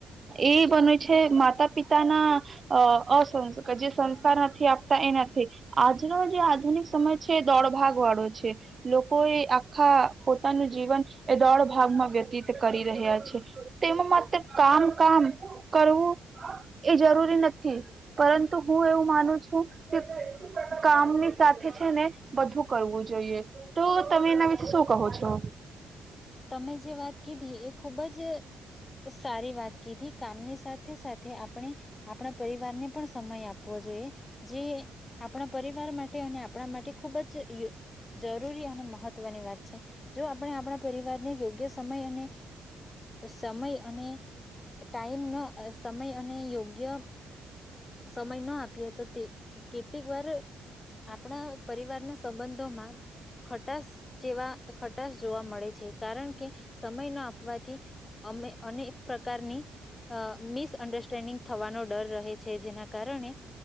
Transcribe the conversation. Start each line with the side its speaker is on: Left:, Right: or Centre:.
Right: એ બને છે માતા પિતાના અ અસંસ કર જે સંસ્કાર નથી આપતા એ નથી. આજર જે આધુનિક સમય છે દોડ ભાગ વાળો છે લોકો એ આખા પોતાનું જીવન એ દોડ ભાગમાં વ્યતીત કરી રહ્યા છે તેમાં માત્ર કામ કામ કરવું એ જરૂરી નથી. પરંતુ હું એવું માનું છું કે કામની સાથે છે ને બધું કરવું જોઈએ તો તમે એના વિશે શું કહો છો.
Left: તમે જે વાત કીધી એ ખુબ જ સારી વાત કીધી કામની સાથે સાથે આપણે આપણા પરિવારને પણ સમય આપવો જોઈએ જે આપણા પરિવાર માટે અને આપણા માટે ખૂબ જ જરૂરી અને મહત્વની વાત છે જો આપણે આપણા પરિવારને યોગ્ય સમય અને સમય અને ટાઈમ ન સમય અને યોગ્ય સમય ન આપીએ તો તે કેટલીક વાર આપણા પરિવારના સંબંધોમાં ખટાસ જેવા ખટાસ જોવા મળે છે. છે. કારણ કે સમય ના આપવાથી અમે અનેક પ્રકારની અ મિસઅન્ડરસ્ટેન્ડિંગ થવાનો ડર રહે છે. જેના કારણે